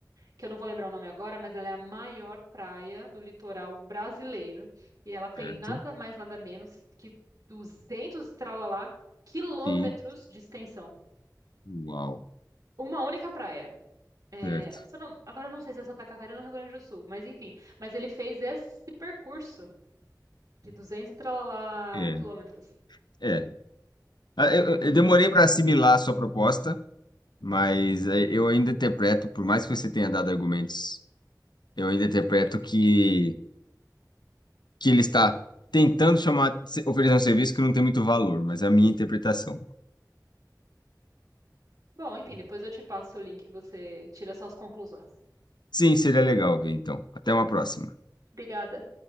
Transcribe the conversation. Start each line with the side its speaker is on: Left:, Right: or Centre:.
Right: que eu não vou lembrar o nome agora, mas ela é a maior praia do litoral brasileiro. E ela tem
Left: Certo.
Right: nada mais, nada menos que 200 e tralalá quilômetros
Left: E
Right: de extensão.
Left: uau.
Right: Uma única praia. É,
Left: Certo.
Right: se eu não- agora eu não sei se é Santa Catarina ou Rio Grande do Sul, mas enfim. Mas ele fez esse percurso de 200 e tralalá
Left: É.
Right: quilômetros.
Left: É. Ah, Eu, eu- eu demorei para assimilar a sua proposta, mas eh, eu ainda interpreto, por mais que você tenha dado argumentos, eu ainda interpreto que, que ele está tentando chamar, se- oferecer um serviço que não tem muito valor, mas é a minha interpretação.
Right: Bom, enfim, depois eu te passo o link e você tira suas conclusões.
Left: Sim, seria legal ver, então. Até uma próxima.
Right: Obrigada.